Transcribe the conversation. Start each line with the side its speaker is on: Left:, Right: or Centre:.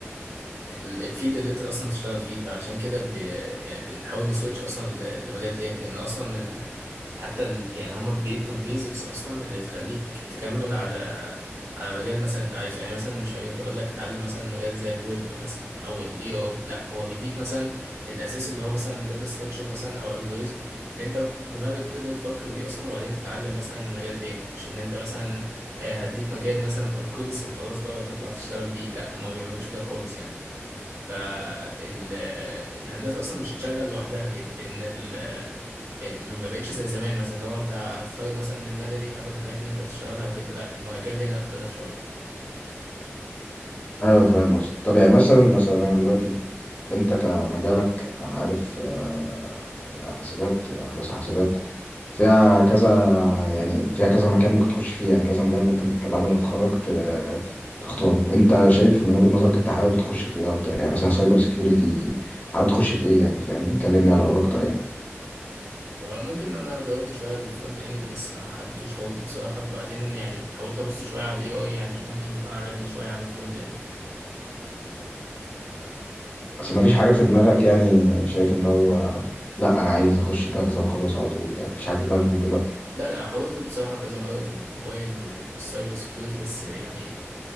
Right: ال- الفيلد اللي انت اصلا تشتغل فيه فعشان كده ب... يعني بنحاول نسويتش اصلا ل- لمجال تاني لان اصلا ال... حتى ال... يعني هما بيدوا البيزكس اصلا اللي بتخليك تكمل على على مجال مثلا انت عايزه يعني مثلا مش هيروح يقول لك اتعلم مثلا مجال زي الويب مثلا او الاي اي لا هو بيديك مثلا الاساس اللي هو مثلا داتا ستراكشر مثلا او الجوريزم اللي انت دماغك تقدر تفكر بيه اصلا وبعدين تتعلم مثلا مجال تاني مش ان انت مثلا آه، هديك مجال مثلا او كورس وخلاص بقى تطلع تشتغل بيه لا هما ما بيعملوش كده خالص يعني فالهندسة أصلا مش هتشغل لوحدها كده لأن ال- ما بقتش زي زمان مثلا لو أنت هتتخرج مثلا من مدني تاخد الحاجات اللي أنت هتشتغلها وكده لأ المجال هنا اختلف شوية
Left: ايوه فاهم قصدك طب يعني مثلا مثلا انا دلوقتي انت كمجالك انا عارف آه، حاسبات هندسه حاسبات فيها كذا يعني فيها كذا مكان ممكن تخش فيه يعني كذا مجال ممكن بعد ما تتخرج ت- تختاره انت شايف من وجهه نظرك انت حابب تخش في ايه اكتر يعني مثلا سايبر سكيورتي حابب تخش في ايه يعني فاهمني كلمني على الحوار اكتر يعني
Right: وممكن أنا جربت شوية الفرونت إند بس ما حبيتوش خالص بصراحة بعدين يعني حاولت أبص شوية على ال AI يعني ممكن يكون عجبني شوية عن الفرونت إند
Left: بس ما فيش حاجه في دماغك يعني شايف ان هو لا انا عايز اخش كذا وخلاص على طول يعني مفيش حاجه في دماغك من دلوقتي
Right: لا لا حاولت بصراحة كذا مرة في الموبايل والسايبر سيكيورتي بس يعني